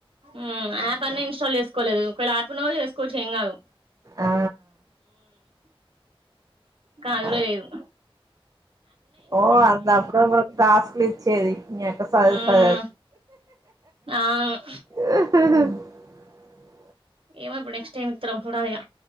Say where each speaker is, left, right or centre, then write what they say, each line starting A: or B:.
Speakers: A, on the right (about 65°); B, on the right (about 35°).
A: మ్ యాప్ అన్న ఇన్స్టాల్ చేస్కో కోలేదు ఒకవేళ అయిపోయిన కూడా చే సుకోవచ్చు ఏం కాదు
B: ఆ
A: కాల్
B: అదే
A: లేవు
B: ఓ అదిప్పుడు మనకు టాస్క్లు ఇచ్చేది మీ అక్క సదు
A: ఉమ్
B: స్గ
A: అవును
B: <inaudible>
A: ఏమె ఇప్పుడు నెక్స్ట్ ఎం ఇస్తాడో చుడాలిగా